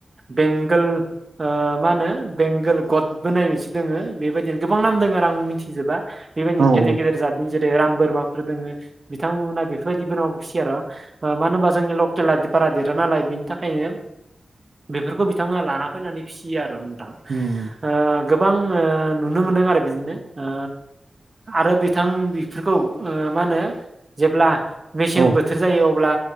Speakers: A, on the right; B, on the right.
A: बेंगोल ओ मा होनो बेंगोल गदबो नायनोसो दोङो बेबायदिनो गोबां नाम दङो आरो आंबो मिथिजोबा बेबादिनो
B: औ औ
A: गेदेर गदेर जादनि ज राम बोरमाफोर दोङो बिथांमोना बेफोरबायदि बोरमाखौ फिसियो आरो ओ मानो होनोबा जोंनि लकेेलदि बारा देरा नालाय बेनि थाखायनो बेफोरखौ बिथांमोना लाना फैनानै फिसियो आरो नोंथां।
B: उम।
A: ओ गोबां ओ नुनो मोनदों आरो बिदिनो ओ आरो बिथां बेफोरखौ ओ मा होनो जेब्ला मेसें
B: औ
A: बोथोर जायो अ अब्ला